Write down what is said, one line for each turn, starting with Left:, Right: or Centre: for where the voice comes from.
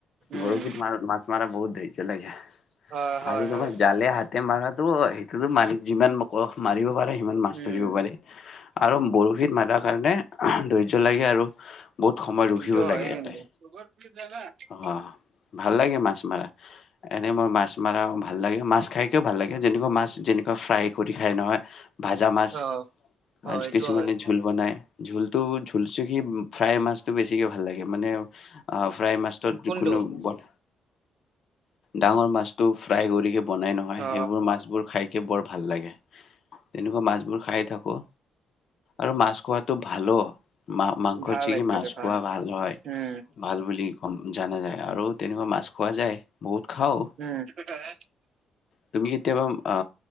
Right: উম,
Left: বৰীশী মানে মাছ মৰা বহুত ধৈয্য লাগে
Right: অ', হয়,
Left: আৰু
Right: হয়
Left: তোমাৰ জালে হাত হাতে মাৰাটো সেইটোতো মাৰি যিমান মাৰিব পাৰে সিমান মাছ
Right: উম,
Left: ধৰিব পাৰে আৰু বৰশীত মাৰাৰ কাৰণে আহ ধৈৰ্য লাগে আৰু বহুত সময় ৰখিব
Right: এইটো হয়
Left: লাগে
Right: কিন্তু
Left: এটাই
Right: <unintelligible>
Left: অ ভাল লাগে মাছ মৰা এনেই মই মাছ মাৰা ভাল লাগে মাছ খাইকেও ভাল লাগে যেনেকুৱা মাছ যেনেকুৱা ফ্ৰাই কৰি খাই নহয় ভাজা মাছ
Right: অ', অ',
Left: আৰু
Right: এইটো
Left: কিছুমানে
Right: হয়
Left: জোল বনাই জোলটো জোলচেকি ফ্ৰাই মাছটো বেছিকে ভাল লাগে মানে অ ফ্ৰাই মাছ তত য
Right: কোনটো
Left: কোনো
Right: অ',
Left: বত ডাঙৰ মাছটো ফ্ৰাই কৰিকে বনাই নহয়
Right: অ
Left: সেইবোৰ মাছবোৰ খাই বৰ ভাল লাগে তেনেকুৱা মাছবোৰ খাই থাকো আৰু মাছ খোৱাটো ভালো মা মাংস
Right: ভাল
Left: থাকি
Right: একচুৱেলি
Left: মাছ খোৱা ভাল হয়
Right: উম,
Left: ভাল বুলি কম নাযায় আৰু তেনেকুৱা মাছ খোৱা যায় বহুত খাও
Right: উম <unintelligible>
Left: তুমি কেতিয়াবা আ